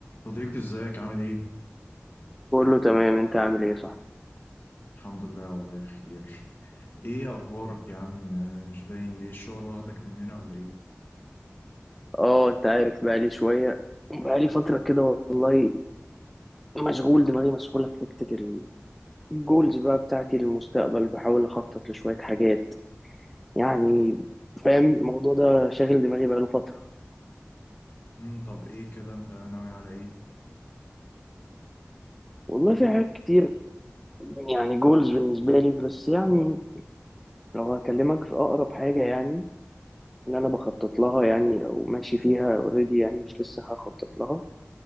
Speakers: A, on the left; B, in the centre.
A: صديقي ازيك عامل ايه؟
B: كله تمام انت عامل ايه صح
A: الحمد لله والله بخير ايه اخبارك يا عم آه، مش باين ليه الشغل واخدك مننا ولا ايه؟
B: اه انت عارف بقالي شوية بقالي فترة كده والله مشغول دماغي مسحولة في حتة ال- الجولز بقى بتاعتي للمستقبل بحاول اخطط لشوية حاجات يعني فاهم الموضوع ده شاغل دماغي بقاله فترة
A: امم طب ايه كده انت ناوي على ايه؟ ان
B: والله في حاجات كتير يعني جولز بالنسبة لي بس يعني لو هكلمك في اقرب حاجة يعني اللي انا بخطط لها يعني او ماشي فيها اوريدي يعني مش لسه هخطط لها